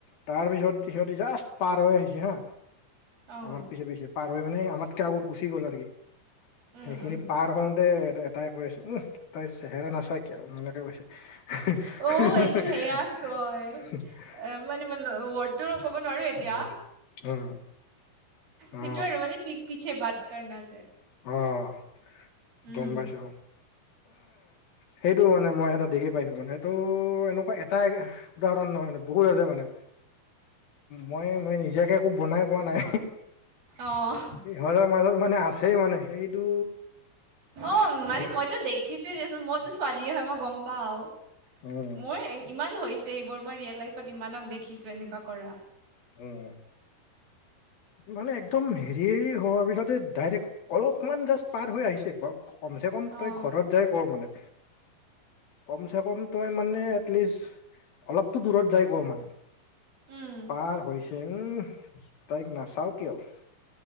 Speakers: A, on the left (about 60°); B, on the right (about 55°).
A: তাৰ পিছত সিহঁতি জাষ্ট পাৰ হৈ আহিছিল। হা,
B: অঁ,
A: আমাৰ পিছে পিছে পাৰ হৈ মানে আমাতকে আগত গুচি গল আৰু সি
B: উম,
A: সেইখিনি
B: উম।
A: পাৰ হওঁতে এ-এটাই কৈ আছে, উম তাইৰ চেহেৰা নাচা কিয়া আৰু এনেকে কৈছে। <unintelligible>
B: অ' এইটো সেয়া কয় এ, মানে মান ৱৰ্ডটো ক'ব নোৱাৰোঁ এতিয়া,
A: উম উম
B: সেইটো
A: অ
B: আৰু মানে পিতপিছে বাত কৰনা যে
A: অ',
B: উম
A: গম পাইছো। সেইটো মানে, মই <unintelligible> দেখি পাইছো মানে ত' এনেকুৱা এটাই উদাহৰণ নহয় মানে বহুত আছে মানে। মই-মই নিজাকে একো বনাই কোৱা নাই।
B: অ'
A: ইহঁতৰ মাজত মানে আছে মানে, সেইটো
B: অ', মানে
A: উম
B: মইতো দেখিছোয়ে দিয়াচোন, মইতো ছোৱালী হয় মই গম পাও
A: উম
B: মোৰ ইমান হৈছে এইবোৰ, মই ৰিয়েল লাইফত ইমানক দেখিছোঁ এনেকুৱা কৰা।
A: উম, মানে একদম হেৰি হোৱাৰ পিছতে ডাইৰেক্ট অলপমান জাষ্ট পাৰ হৈ আহিছে, কমচে কম
B: অ'
A: তই ঘৰত যাই ক' মানে কমচে কম তই মানে এটলিষ্ট, অলপতো দূৰত যাই ক' মানে
B: উম
A: পাৰ হৈছে, উম তাইক নাচাও কিয় উম